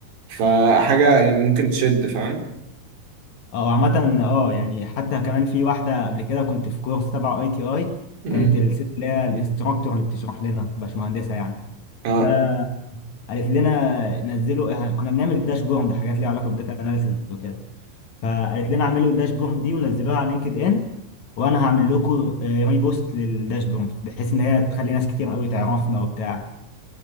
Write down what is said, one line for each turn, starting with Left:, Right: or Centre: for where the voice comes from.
Right: فحاجه يعني ممكن تشد فاهم
Left: اه عامة اه يعني حتى كمان في واحدة قبل كده كنت في كورس تبع اي تي اي
Right: امم
Left: كانت الست اللي هي الانستراكتور اللي بتشرح لنا باشمهندسة يعني
Right: اه
Left: فقالت لنا نزلوا اه، كنا بنعمل داشبورد حاجات ليها علاقة بالداتا اناليسيز وكده فقالت لنا اعملوا الداشبورد دي ونزلوها على لينكد ان وانا هعمل لكم ريبوست للداشبورد بحيث ان هي تخلي ناس كتير قوي تعرفنا وبتاع